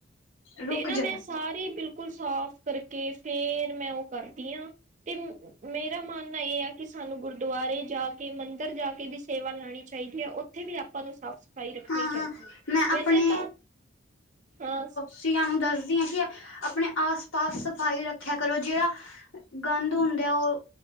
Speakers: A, on the left; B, on the right.
A: ਰੁਕ
B: ਤੇ ਨਾ
A: ਜਾ
B: ਮੈਂ ਸਾਰੇ ਬਿਲਕੁਲ ਸਾਫ ਕਰਕੇ ਫੇਰ ਮੈਂ ਉਹ ਕਰਦੀ ਆ ਤੇ ਮੇਰਾ ਮਾਨਨਾ ਇਹ ਆ ਕਿ ਸਾਨੂੰ ਗੁਰਦੁਆਰੇ ਜਾ ਕੇ, ਮੰਦਿਰ ਜਾ ਕੇ ਵੀ ਸੇਵਾ ਲੈਣੀ ਚਾਹੀਦੀ ਏ ਉ ਉੱਥੇ ਵੀ ਆਪਾਂ ਨੂੰ ਸਾਫ਼-ਸਫ਼ਾਈ ਰੱਖਣੀ
A: ਹਾਂ-ਹਾਂ
B: ਚਾਹੀਦੀ ਹੈ।
A: ਮੈਂ ਆਪਣੇ
B: ਵੈਸੇ ਤਾਂ ਹਾਂ
A: ਸੀ ਸਾਨੂੰ ਦੱਸਦੀ ਹਾਂ ਕਿ ਆਪਣੇ ਆਸ ਪਾਸ ਸਫਾਈ ਰੱਖਿਆ ਕਰੋ ਜਿਹੜਾ ਗੰਦ ਹੁੰਦਾ ਉਹ,